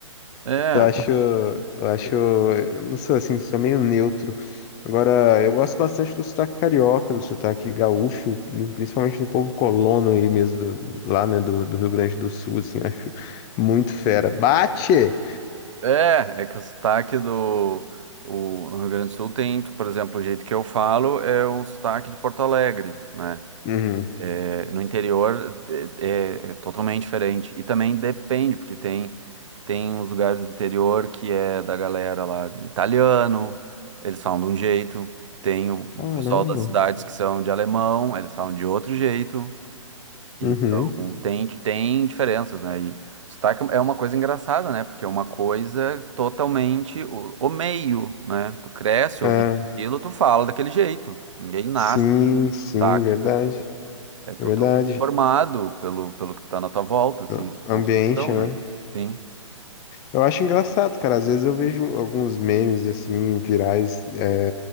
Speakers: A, on the right; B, on the left.
A: É.
B: Eu acho, eu acho, eu não sei, assim, sou meio neutro. Agora, eu gosto bastante do sotaque carioca, do sotaque gaúcho, principalmente do povo colono aí mesmo, do- lá, né, do, do Rio Grande do Sul, assim, eu acho muito fera. Bate!
A: É, é que o sotaque do o, no Rio Grande do Sul tem, por exemplo, o jeito que eu falo é um sotaque de Porto Alegre, né?
B: Uhum.
A: É, no interior é, é- é totalmente diferente. E também depende, porque tem, tem uns lugares do interior que é da galera lá do italiano, eles falam de um jeito. Tem o,
B: Caramba.
A: o pessoal das cidades que são de alemão, eles falam de outro jeito. Então,
B: Uhum.
A: tem, tem diferenças, né? E sotaque é uma coisa engraçada, né? Porque é uma coisa totalmente o, o meio, né? Tu cresce
B: Ah,
A: ouvindo aquilo, tu fala daquele jeito. Ninguém nasce
B: sim,
A: com
B: sim,
A: sotaque,
B: verdade,
A: né? É totalmente
B: verdade.
A: formado pelo, pelo que tá na tua volta, assim,
B: O ambiente,
A: construção,
B: né?
A: né? Sim.
B: Eu acho engraçado, cara, às vezes eu vejo alguns memes, assim, virais, é,